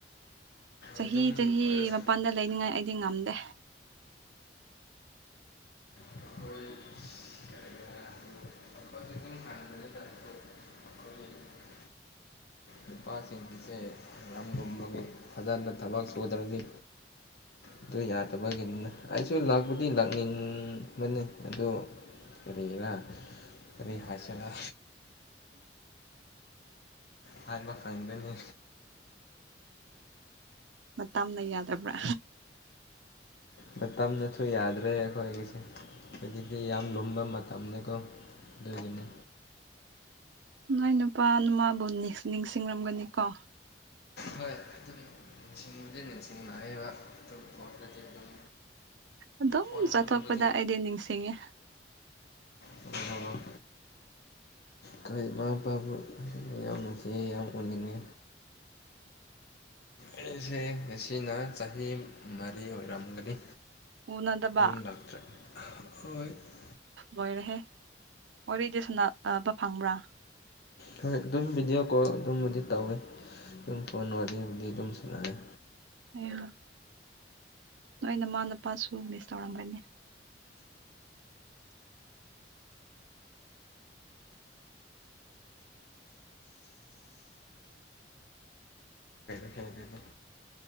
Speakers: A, on the right; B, on the left.
A: ꯆꯍꯤ
B: ꯑꯗꯨꯝ
A: ꯆꯍꯤ
B: ꯑꯣꯏꯔꯁꯨ
A: ꯃꯄꯥꯟꯗ ꯂꯩꯅꯤꯡꯉꯥꯏ ꯑꯩꯗꯤ ꯉꯝꯗꯦ
B: ꯑꯩꯈꯣꯏ <unintelligible> <unintelligible> ꯅꯨꯄꯥꯁꯤꯡꯁꯦ ꯌꯥꯝ ꯂꯨꯝꯃꯒꯤ ꯐꯖꯅ ꯊꯕꯛ ꯁꯨꯗ꯭ꯔꯗꯤ ꯑꯗꯨ ꯌꯥꯗꯕꯒꯤꯅꯤꯅ ꯑꯩꯁꯨ ꯂꯥꯛꯄꯨꯗꯤ ꯂꯥꯛꯅꯤꯡꯕꯅꯤ ꯑꯗꯨ ꯀꯔꯤꯔꯥ ꯀꯔꯤ ꯍꯥꯏꯁꯤꯔꯥ ꯍꯥꯏꯕ ꯈꯪꯗꯦꯅꯦ
A: ꯃꯇꯝꯅ ꯌꯥꯗꯕ꯭ꯔꯥ
B: ꯃꯇꯝꯅꯁꯨ ꯌꯥꯗ꯭ꯔꯦ ꯑꯩꯈꯣꯏꯒꯤꯁꯦ ꯍꯧꯖꯤꯛꯇꯤ ꯌꯥꯝ ꯂꯨꯝꯕ ꯃꯇꯝꯅꯤꯀꯣ ꯑꯗꯨꯒꯤꯅꯤ
A: ꯅꯣꯢ ꯅꯨꯄꯥ ꯃꯥꯕꯨ ꯅꯤꯁ ꯅꯤꯡꯁꯤꯡꯔꯝꯒꯅꯤ ꯀꯣ
B: ꯍꯣꯏ ꯑꯗꯨꯝ ꯏꯁꯤꯡꯕꯨꯗꯤ ꯅꯤꯡꯁꯤꯡ ꯂꯥꯛꯑꯦꯕ ꯑꯗꯣ ꯄꯣꯠꯇꯗꯤ ꯑꯗꯨꯝ
A: ꯑꯗꯨꯝ
B: ꯐꯣꯟꯕꯨꯗꯤ
A: ꯆꯠꯊꯣꯛꯄꯗ ꯑꯩꯗꯤ ꯅꯤꯡꯁꯤꯡꯉꯦ
B: ꯍꯣ ꯍꯣ ꯍꯣꯏ ꯈꯔ ꯏꯃꯥ ꯏꯄꯥꯕꯨ ꯌꯥꯝ ꯅꯨꯡꯁꯤꯌꯦ ꯌꯥꯝ ꯎꯅꯤꯡꯉꯦ
A: <inaudible>
B: ꯑꯩꯁꯦ ꯉꯁꯤꯅ ꯆꯍꯤ ꯃꯔꯤ ꯑꯣꯏꯔꯝꯒꯅꯤ
A: ꯎꯅꯗꯕ
B: ꯌꯨꯝ ꯂꯥꯛꯇ꯭ꯔꯦ <unintelligible>
A: ꯂꯣꯏꯔꯦꯍꯦ ꯋꯥꯔꯤꯗꯤ ꯁꯨꯅꯥꯑꯕ ꯐꯪꯕ꯭ꯔꯥ
B: ꯍꯣꯏ ꯑꯗꯨꯝ ꯚꯤꯗꯤꯑꯣ ꯀꯣꯜ ꯑꯗꯨꯝꯕꯨꯗꯤ ꯇꯧꯋꯦ ꯌꯨꯝ ꯐꯣꯟ ꯋꯥꯔꯤꯕꯨꯗꯤ ꯑꯗꯨꯝ ꯁꯥꯅꯩ
A: ꯑꯌꯥ ꯅꯣꯏ ꯅꯃꯥ ꯅꯄꯥꯁꯨ ꯃꯤꯁ ꯇꯧꯔꯝꯒꯅꯤ
B: ꯍ ꯑꯗꯨ